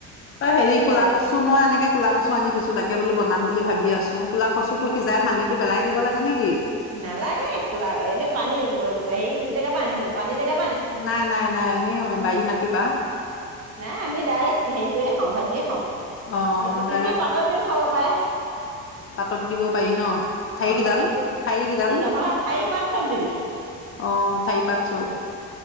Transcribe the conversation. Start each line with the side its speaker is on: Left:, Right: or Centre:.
Left: অঁ হেৰি
Right: সেই
Left: কলা
Right: তেনেকে
Left: কচু মই এনেকে কলা কচু আনি থৈছো তাকে বোলো বনাম বুলি ভাবি আছো চু কোলা কচু তো সিজাই পানীটো পেলাই দিব লাগে নেকি
Right: নালাগে কোলা এনে পানী হেৰি জেগাৰ পৰা আনিছ পানী জেগা
Left: নাই নাই নাই এনে বাৰি মাটি পৰা
Right: নাই আমি ডাইৰেক্ট হেৰি কৰিয়ে খাওঁ ভাজিয়ে খাওঁ
Left: অ
Right: এ
Left: ডাইৰেক্ট
Right: কিছুমান পাতত দিওঁ খাব পাৰ পাই
Left: পাতত দিব পাৰি ন ঠাৰি
Right: অ
Left: কেইডাল
Right: পাতত দিবি
Left: ঠাৰি কেইডাল
Right: ই নহয় ঠাৰি পাত চব দিবি
Left: আহ ঠাৰি পাত চব